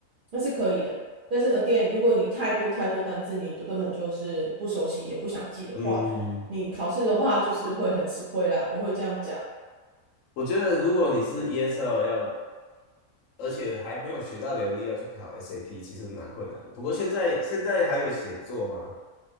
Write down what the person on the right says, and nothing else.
那是可以的。但是 again，如果你太多太多单字，你都根本就是不熟悉，也不想记的话，
你考试的话就是会很吃亏啦。我会这样讲。